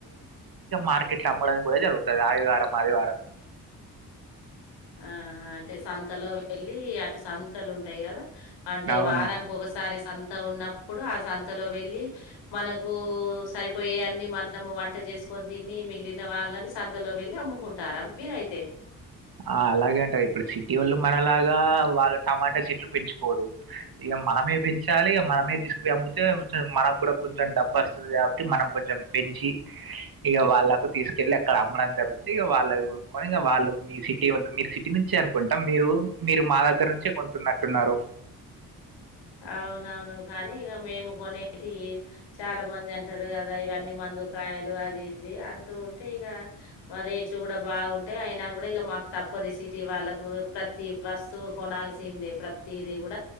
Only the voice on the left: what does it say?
ఆహా అంటే సంత్ తలో వెళ్ళీ అటు సంత్ లు ఉంటయి గదా. అంటే
వారానికి ఒకసారి అంత ఉన్నప్పుడు ఆ సంత్ తలో వెళ్ళీ మనకూ సరిపోయే అన్ని మనము వంట చేసుకొన్ తినీ, మిగిలిన వాళ్ళని సంతలో వెళ్ళి అమ్ముకుంటారా మీరైతే.
అవునవును కానీ ఇగ మేము కొనేకి చాలా మంది అంటారు కదా ఇవన్ని మందు కాయలు అది ఇది అంటూ ఉంటే, ఇగ రేట్లు కూడా బాగుంటయి అయినా కూడా ఇగ మాకు తప్పదు ఈ సిటీ వాళ్ళకు ప్రతి వస్తువు కొనాల్సిందే ప్రత్ తీది కూడ